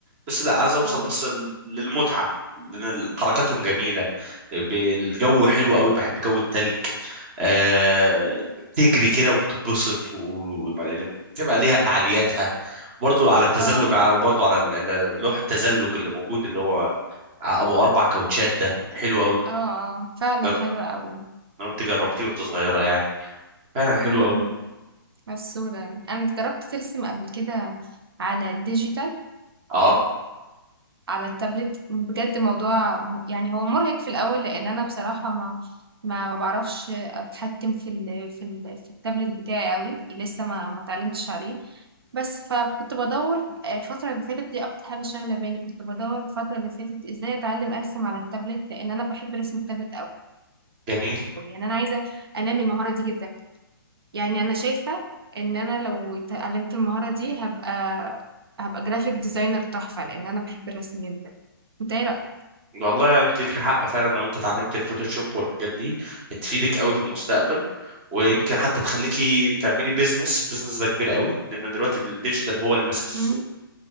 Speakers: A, on the right (about 30°); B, on the right (about 80°).
A: بس لا عايز اوصل
B: آه،
A: بس ل- للمتعه لان ال- حركاتهم جميله الجو حلو قوي بحب جو التلج آه... تجري كده وبتتبسط و... يعني بتبقى ليها فعالياتها برضو على التزلج
B: آه،
A: ع- برضو على ال- ال- لوح التزلج اللي موجود اللي هو ع- ابو اربع كاوتشات ده حلو قوي
B: آه، آه، فعلًا
A: جرب
B: حلوة أوي،
A: لو انت جربتيه وانت صغيره يعني فعلا حلو
B: إمم،
A: قوي
B: غسولة يعني، أنا جربت ترسم قبل كده على الdigital
A: اه
B: على التابلت، بجد موضوع م يعني هو مُرهق في الأول، لإن أنا بصراحة ما ما باعرفش أتحكم في ال في ال في التابلت بتاعي أوي، لسه ما ما اتعلمتش عليه، بس فكنت بادوّر آآ، الفترة اللي فاتت دي أكتر حاجة شاغلة بالي، كنت بادوّر الفترة اللي فاتت إزاي أتعلم أرسم على التابلت، لإن أنا باحب رسم التابلت أوي،
A: جميل
B: يعني أنا عايزة أنمّي المهارة دي جدًا. يعني انا شايفة ان انا لو اتعلمت المهارة دي هبقى هبقى جرافيك ديزاينر تحفة لان انا بحب الرسم جدا انت ايه رأيك؟
A: والله انت لك حق فعلا لو انت اتعلمت الفوتوشوب والحاجات دي تفيدك قوي في المستقبل ويمكن حتى تخليكي تعملي بيزنس بيزنس ده كبير قوي لان دلوقتي الديجيتال هو اللي ماسك السوق
B: مم.